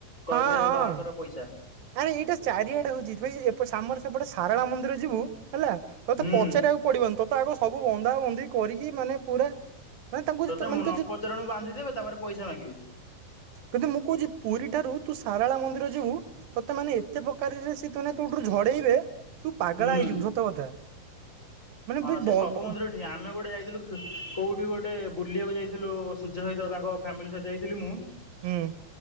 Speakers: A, on the left; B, on the right.
A: କହିବେ
B: ହଁ ହଁ।
A: ବାହାର କର ପଇସା।
B: ଆରେ ଏଇଟା ଚାରିଆଡେ ହଉଚି ଭାଇ ଏପ ଆମର ସେପଟେ ସାରଳା ମନ୍ଦିର ଯିବୁ ହେଲା, ତତେ
A: ହୁଁ
B: ପଚାରିଆକୁ ପଡିବନି ତତେ ଆଗ ସବୁ ବନ୍ଧା ବନ୍ଧି କରିକି ମାନେ ପୁରା ମାନେ ତାଙ୍କୁ
A: ତୋତେ
B: ଯେତେ- ମାନେ ତୁ
A: ନପଚାରୁଣୁ
B: ଯେ-
A: ବାନ୍ଧିଦେବେ, ତାପରେ ପଇସା ମାଗିବେ।
B: କିନ୍ତୁ ମୁଁ କହୁଚି ପୁରୀ ଠାରୁ ତୁ ଶାରାଳା ମନ୍ଦିର ଯିବୁ ତତେ ମାନେ ଏତେ ପ୍ରକାରରେ ସେ <unintelligible> ତୋଠରୁ ଝଡେଇବେ ତୁ ପାଗଳା
A: ହୁଁ
B: ହେଇଯିବୁ ସତ କଥା, ମାନେ
A: ହଁ
B: ଭାଇ
A: ସେ
B: ବ
A: ସବୁ ମନ୍ଦିର ଠି ଆମେ ଗୋଟେ ଯାଇଥିଲୁ କୋଉଠି ଗୋଟେ ବୁଲିଆକୁ ଯାଇଥିଲୁ ସୂର୍ଯ୍ୟ ସହିତ ତାଙ୍କ ଫ୍ୟାମିଲି ସହିତ ଯାଇଥିଲି ମୁଁ
B: ହୁଁ।